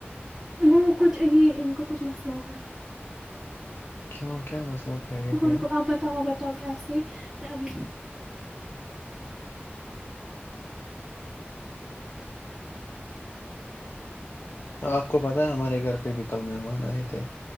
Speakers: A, on the right; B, on the left.
A: وہ کچھ یہ ان کا کچھ مسئلہ ہوا ہے
B: کیوں کیا مسئلہ خیریت
A: رکو
B: ہے
A: رکو
B: نا
A: آپ بتاؤ آپ بتاؤ ایسے ابھی
B: آپ کو پتہ ہے ہمارے گھر پہ بھی کل مہمان آئے تھے